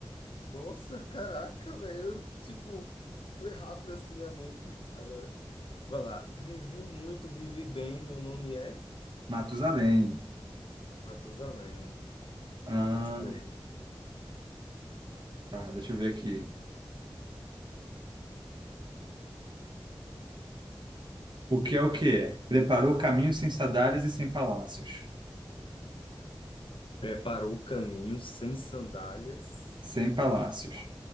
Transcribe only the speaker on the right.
Matusalém.
Ah,
tá, deixa eu ver aqui. O que é o que é? Preparou caminhos sem sadares e sem palácios.
Sem palácios.